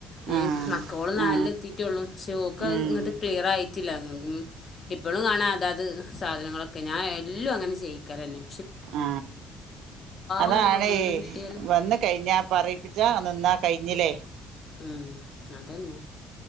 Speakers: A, on the left (about 35°); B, on the right (about 75°).
A: ഉം
B: ആ
A: മക്കോള് നാലിൽ
B: ആ
A: എത്തീട്ടോയുള്ളൂ ക്ഷെ ഓക്കത്
B: ഉം
A: ഇങ്ങട്ട് ക്ലിയറായി പറ്റില്ലന്ന് ഇപ്പോളും കാണാ അതാത് സാധനങ്ങളൊക്കെ ഞാൻ എല്ലും അങ്ങനെ ചെയ്യിക്കലെന്നെ.
B: ആ അതാണേ
A: അങ്ങോട്ട് വന്ന് കിട്ടിയാൽ
B: വന്ന് കഴിഞ്ഞപ്പ പറയിപ്പിച്ചാ നിന്നാ.. കഴിഞ്ഞിലെ?
A: മ് അതന്നെ